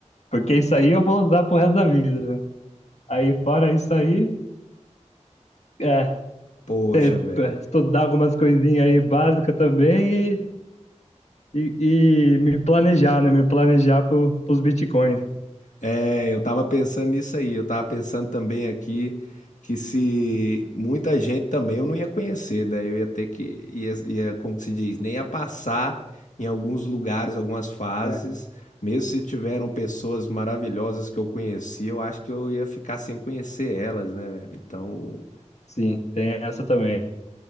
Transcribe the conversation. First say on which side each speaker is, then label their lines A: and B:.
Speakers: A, on the left; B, on the left.
A: Porque isso aí eu vou usar pro resto da vida, né? Aí, fora isso aí, é.
B: Poxa,
A: é,
B: velho.
A: é, Estudar algumas coisinhas aí básicas também e, e, e me planejar, né? Me planejar pro, pros bitcoins.
B: É, eu tava pensando nisso aí. Eu tava pensando também aqui que se muita gente também eu não ia conhecer, daí eu ia ter que, ia, ia, como que se diz, nem ia passar em alguns lugares, algumas fases.
A: É,
B: Mesmo se tiveram pessoas maravilhosas que eu conheci, eu acho que eu ia ficar sem conhecer elas, né, velho? Então,
A: sim, tem essa também.